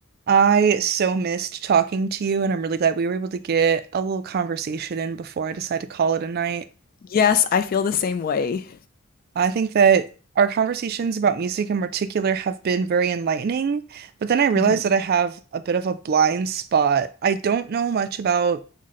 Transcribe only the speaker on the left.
Yes, I feel the same way.
hmm